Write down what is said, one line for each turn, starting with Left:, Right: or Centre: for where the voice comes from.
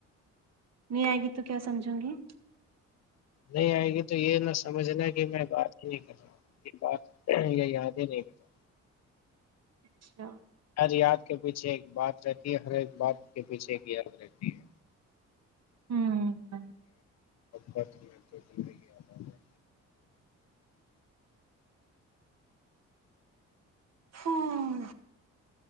Right: نہیں آئے گی تو کیا سمجھوں گی
Left: نہیں آئے گی تو یہ نہ سمجھنا کہ میں بات ہی نہیں کر رہا ہ یہ بات یہ یاد ہی نہیں کر رہا
Right: اچھا <unintelligible>
Left: ہر یاد کے پیچھے ایک بات رہتی ہے ہر ایک بات کے پیچھے ایک یاد رہتی ہے
Right: ہوں
Left: پت م تو م گ <unintelligible>
Right: ہاں